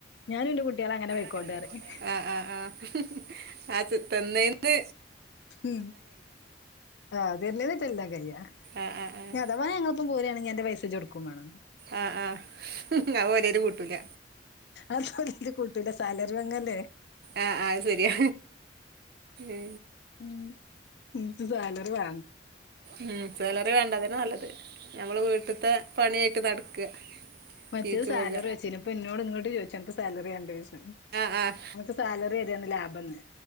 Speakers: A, on the left; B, on the right.
A: ഞാനുംന്റെ കുട്ട്യാളെ അങ്ങനെ പോയിക്കോട്ടെ
B: ഇങ്ങനെ പോയ്കോട്ടെ
A: പറയും
B: റിംആ ആ ആ ആച് തന്നെന്
A: ഉം ആ അതന്നെ ണ് ചെല്ലാൻ കയ്യ
B: ആഹ് ആഹ് ആഹ്
A: ഇനി അഥവാ ഞങ്ങളൊപ്പം പോരാ ണങ്കി അന്റെ പൈസ ഇജ് ട്ക്കും മാണം.
B: ആ ആ അഹ് ഒരെല് കൂട്ടൂല.
A: അതോല് കൂട്ടൂല സാലറി വാങ്ങല്ലേ
B: ആ അഹ് ശരിയ. ഏ
A: ഉം ഇൻക്ക് സാലറി വേ
B: ഉം സലറി വേണ്ട അതന്നെ നല്ലത് ഞമ്മള് വീട്ട്ത്തെ പണി ആയിട്ട് നടക്ക.
A: മറ്റേ
B: ജീവിച്ചു
A: സാലറി
B: പോക
A: യിച്ചീനു ഇപ്പൊ ഇന്നോട് ഇങ്ങട്ട് ചോയിച്ചുംഅനക്ക് സാലറി വേണ്ടേയ്ച്ചും
B: ആഹ് ആഹ്
A: അൻക്ക് സാലറി തരാണ് ലാഭംന്ന്.